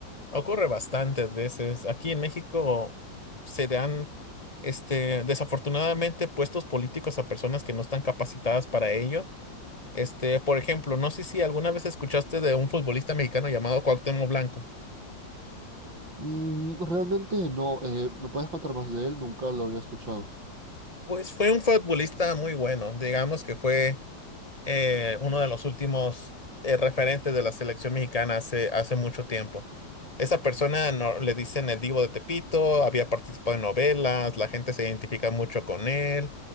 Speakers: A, on the left; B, on the right.
A: Ocurre bastantes veces. Aquí en México se dan, este, desafortunadamente, puestos políticos a personas que no están capacitadas para ello. Este, por ejemplo, no sé si alguna vez escuchaste de un futbolista mexicano llamado Cuauhtémoc Blanco.
B: Mm, realmente no. Eh, ¿me puedes contar más de él? Nunca lo había escuchado.
A: Pues fue un futbolista muy bueno, digamos que fue. eh, uno de los últimos eh, referentes de la selección mexicana hace, hace mucho tiempo. Esa persona no, le dicen el Divo de Tepito, había participado en novelas, la gente se identifica mucho con él,